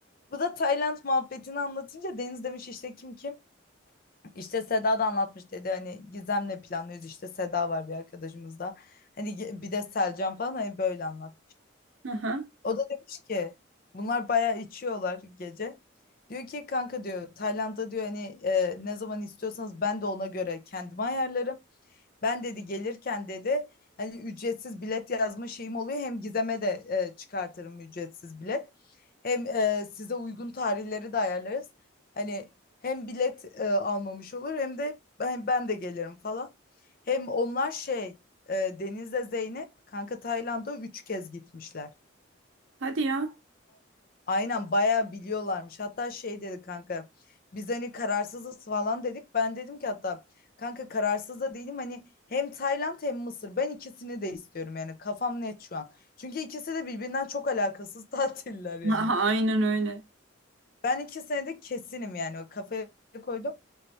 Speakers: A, on the left; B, on the right.
A: Bu da Tayland muhabbetini anlatınca Deniz demiş işte kim kim? İşte Seda da anlatmış dedi hani Gizem'le planlıyoruz işte Seda var bir arkadaşımız da. Hani ge- bir de Selcan falan hani böyle anlat.
B: Hı
A: O da demiş ki bunlar bayağı içiyorlar gece. Diyor ki kanka diyor Tayland'a diyor hani e, ne zaman istiyorsanız ben de ona göre kendimi ayarlarım. Ben dedi gelirken dedi hani ücretsiz bilet yazma şeyim oluyor. Hem Gizem'e de e, çıkartırım ücretsiz bilet. Hem e, size uygun tarihleri de ayarlarız. Hani hem bilet e, almamış olur hem de ben, ben de gelirim falan. Hem onlar şey e, Deniz'le Zeynep kanka Tayland'a üç kez gitmişler.
B: Hadi ya.
A: Aynen bayağı biliyorlarmış. Hatta şey dedi kanka. Biz hani kararsızız falan dedik. Ben dedim ki hatta kanka kararsız da değilim. Hani hem Tayland hem Mısır. Ben ikisini de istiyorum yani. Kafam net şu an. Çünkü ikisi de birbirinden çok alakasız <laughs> tatiller yani.
B: Aha, Aynen öyle.
A: Ben iki senede kesinim yani. O kafaya koydum.